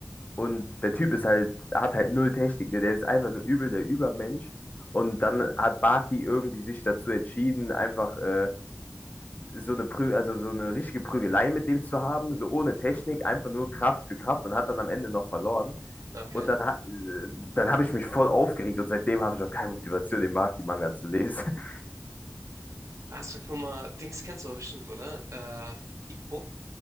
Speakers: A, on the left (about 30°); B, on the right (about 75°).
A: und der Typ ist halt, hat halt null Technik, ne? Der ist einfach nur übel der Übermensch. Und dann hat Baki irgendwie sich dazu entschieden, einfach äh, so eine Prü also so eine richtige Prügelei mit dem zu haben, so ohne Technik, einfach nur Kraft für Kraft und hat dann am Ende noch verloren.
B: Okay.
A: Und dann, ha- äh, dann habe ich mich voll aufgeregt und seitdem habe ich auch keine Motivation, den Maki-Manga zu lesen. <laughs>
B: Hast du schon mal, Dings kennst du aber bestimmt, oder? Äh, Ippo?